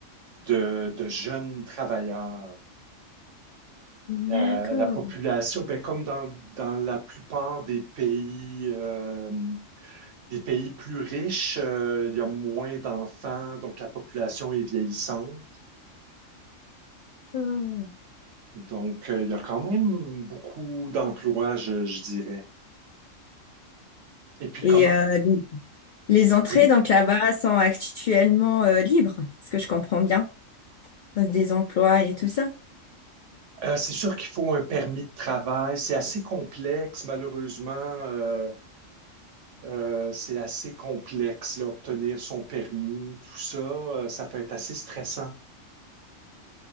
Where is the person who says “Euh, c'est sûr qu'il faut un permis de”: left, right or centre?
Right